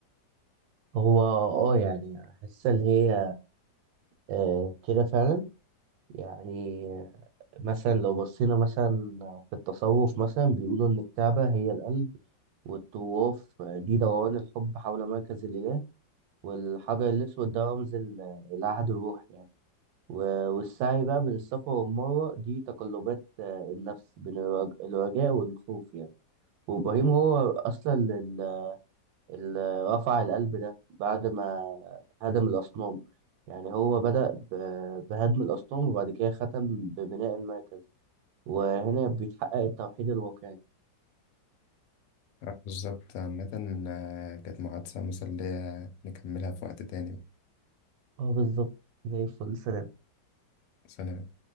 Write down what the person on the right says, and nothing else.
هو اه يعني حاسة اللي هي آه، كده فعلا يعني آه، مثلا لو بصينا مثلا في التصوف مثلا بيقولوا إن الكعبة هي القلب والطواف آه، دي دوران الحب حول مركز الإله والحجر الأسود ده رمز ال- العهد الروحي يعني و- والسعي بقى بين الصفا والمروة دي تقلبات آه، النفس بين الرج- الرجاء والخوف يعني وابراهيم هو اصلا ال- اللي رفع القلب ده بعد ما هدم الاصنام يعني هو بدأ ب- بهدم الاصنام وبعد كده ختم ببناء المركز وهنا بيتحقق التوحيد الواقعي
اه بالظبط زي الفل سلام